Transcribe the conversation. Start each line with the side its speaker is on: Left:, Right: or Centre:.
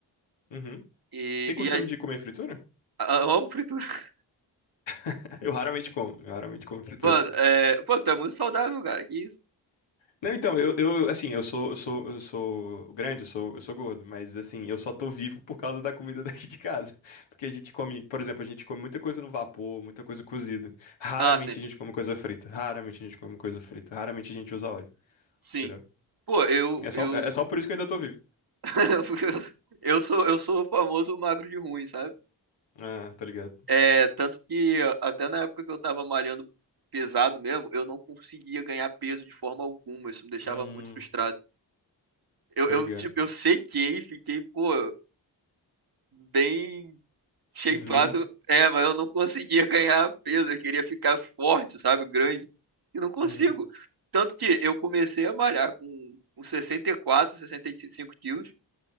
Left: Uhum.
Right: E,
Left: Tem costume
Right: e a,
Left: de comer fritura?
Right: a- eu amo fritura. <laughs>
Left: <laughs> Eu raramente como, eu raramente como fritura.
Right: Mano, é, pô, tu é muito saudável, cara. Que isso?
Left: Não, então, eu, eu assim, eu sou, eu sou, eu sou grande, eu sou, eu sou gordo, mas assim, eu só tô vivo por causa da comida <laughs> daqui de casa. Porque a gente come, por exemplo, a gente come muita coisa no vapor, muita coisa cozida. Raramente
Right: Ah, sim.
Left: a gente come coisa frita, raramente a gente come coisa frita, raramente a gente usa óleo,
Right: Sim.
Left: entendeu?
Right: Pô, eu,
Left: É só,
Right: eu,
Left: é só por isso que eu ainda tô vivo.
Right: <laughs> eu sou, eu sou o famoso magro de ruim, sabe?
Left: Ah, tô ligado.
Right: É, tanto que até na época que eu tava malhando pesado mesmo, eu não conseguia ganhar peso de forma alguma. Isso me deixava
Left: Hum,
Right: muito frustrado. Eu,
Left: tô
Right: eu,
Left: ligado.
Right: tipo, eu sequei, fiquei, pô, bem shapeado.
Left: Slim.
Right: É, mas eu não conseguia ganhar peso. Eu queria ficar forte, sabe? Grande. E não consigo.
Left: Uhum,
Right: Tanto que eu comecei a malhar com, com 64, 65 quilos.